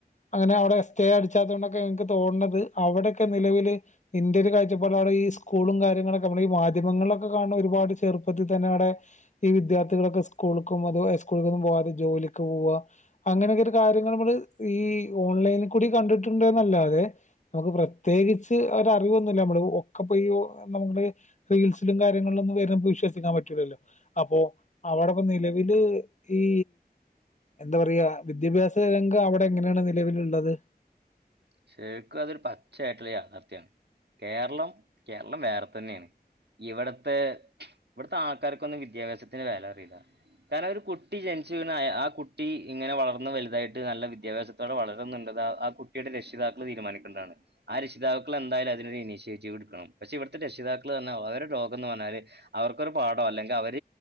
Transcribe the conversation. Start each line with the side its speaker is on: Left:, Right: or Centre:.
Left: അങ്ങനെ അവിടെ സ്റ്റേ അടിച്ചാതോ ണ്ടൊക്കെ എനിക്ക് തോന്നണത് അവിടെയൊക്കെ നിലവില് ഇന്റെ ഒരു കാഴ്ച പാടില്ല് അവിടെ ഈ സ്കൂളും കാര്യങ്ങളൊക്കെ നമ്മളെ ഈ മാധ്യമങ്ങളിലൊക്കെ കാണുന്ന ഒരുപാട് ചെറുപ്പത്തിതന്നെ അവിടെ ഈ വിദ്യാർത്ഥികളൊക്കെ സ്കൂൾക്കും അത് ഹൈസ് സ്കൂൾ കൊന്നും പോവാതെ ജോലിക്ക് പോവാ അങ്ങനെയൊക്കെ ഒരു കാര്യങ്ങൾ നമ്മൾ ഈ ഓൺലൈനിൽ കൂടി കണ്ടിട്ടുണ്ടന്നല്ലാതെ നമുക്ക് പ്രത്യേകിച്ച് ഒരു അറിവൊന്നുമല്ല നമ്മള് ഒക്കെപയ്യ് നമ്മുടെ റീൽസില്ലും കാര്യങ്ങളിലൊന്നും വരന്ന് നമ്മുക്ക് വിശ്വാസിക്കാൻ പറ്റില്ലല്ലോ അപ്പോ അവിടെ നിലവില് ഈ എന്താ പറയാ വിദ്യാഭ്യാസ രംഗം അവിടെ എങ്ങനെയാണ് നിലവിലുള്ളത്
Right: ശരിക്കും അതൊരു പച്ചയായിട്ടുള്ള യാഥാർത്ഥ്യയാണ് കേരളം കേരളം വേറെ തന്നെയാണ് ഇവിടത്തെ ഇവിടുത്തെ ആൾക്കാർക്കൊന്നും വിദ്യാഭ്യാസത്തിന് വില അറിയില്ല കാരണം ഒരു കുട്ടി ജനിച്ചുവീണാ ആ കുട്ടി ഇങ്ങനെ വളർന്ന് വലുതായിട്ട് നല്ല വിദ്യാഭ്യാസം കുട്ടികൾ വളരുന്നുണ്ട് ആ കുട്ടിയുടെ രക്ഷിതാക്കൾ തീരുമാനിക്കേണ്ടതാണ് ആ രക്ഷിതാക്കൾ എന്തായാലും അതിനൊരു ഇനിഷ്യേറ്റീവ് എടുക്കണം പക്ഷെ ഇവിടുത്തെ രക്ഷിതാക്കൾ പറഞ്ഞാ അവരെ ലോകം എന്ന് പറഞ്ഞാൽ അവർക്കൊരു പാഠം അല്ലെങ്കിൽ അവർ